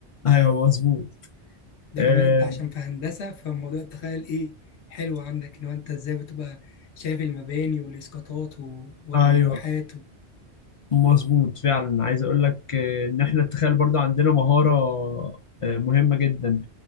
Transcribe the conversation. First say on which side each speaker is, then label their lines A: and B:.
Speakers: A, on the left; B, on the left.
A: ايوه مظبوط
B: ده
A: آه
B: كمان انت عشان في هندسة فموضوع التخيل ايه حلو عندك ان هو انت ازاي بتبقى شايف المباني والاسقاطات و- واللوحات
A: ايوه
B: و...
A: مظبوط فعلا عايز اقول لك آه، ان احنا التخيل برضه عندنا مهاره آه مهمه جدا